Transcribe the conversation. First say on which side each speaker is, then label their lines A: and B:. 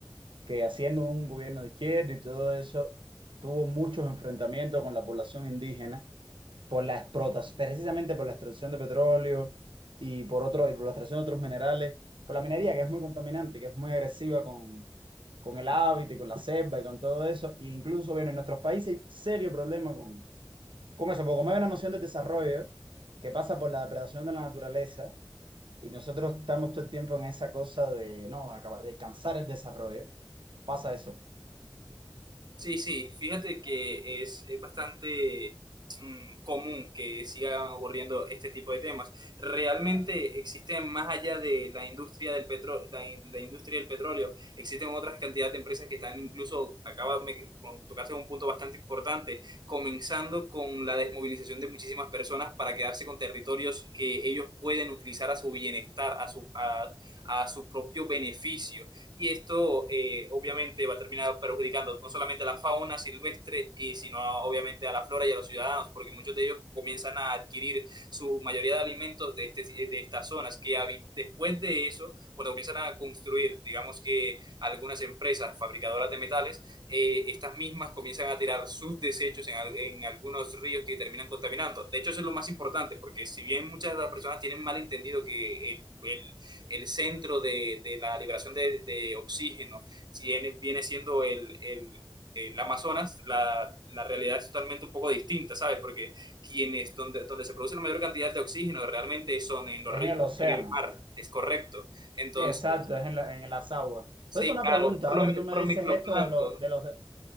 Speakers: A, on the right; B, on the right.
A: que haciendo un gobierno de izquierda y todo eso, tuvo muchos enfrentamientos con la población indígena por la explotación, precisamente por la extracción de petróleo y por otro, y por la extracción de otros minerales, por la minería que es muy contaminante, que es muy agresiva con, con el hábitat y con la selva y con todo eso, e incluso bueno en nuestros países hay serio problema con, con eso, porque como hay una noción de desarrollo que pasa por la depredación de la naturaleza, y nosotros estamos todo el tiempo en esa cosa de, no, acaba- de cansar el desarrollo. Pasa eso.
B: Sí, sí, fíjate que es, es bastante mm, común que sigan ocurriendo este tipo de temas. Realmente existen más allá de la industria del petro- la, in- la industria del petróleo, existen otras cantidad de empresas que están incluso, acaba, me, con- tocaste un punto bastante importante, comenzando con la desmovilización de muchísimas personas para quedarse con territorios que ellos pueden utilizar a su bienestar, a su, a, a su propio beneficio y esto eh, obviamente va a terminar perjudicando no solamente a la fauna silvestre, y sino obviamente a la flora y a los ciudadanos, porque muchos de ellos comienzan a adquirir su mayoría de alimentos de, este, de estas zonas, que habi- después de eso, cuando comienzan a construir, digamos que algunas empresas fabricadoras de metales, eh, estas mismas comienzan a tirar sus desechos en, en algunos ríos que terminan contaminando. De hecho, eso es lo más importante, porque si bien muchas de las personas tienen mal entendido que el, el- el centro de, de la liberación de, de oxígeno, si viene, viene siendo el, el, el Amazonas, la, la, realidad es totalmente un poco distinta, ¿sabes? Porque quienes, donde, donde se produce la mayor cantidad de oxígeno realmente son en los
A: Es
B: ríos
A: en el océano.
B: y en el mar, es correcto. Entonces,
A: Sí, exacto, es en, la- en las aguas.
B: sí,
A: Entonces, una
B: claro,
A: pregunta,
B: por
A: ahora
B: lo mi
A: que tú
B: por
A: me dices
B: microplancton,
A: esto de los, de los, de-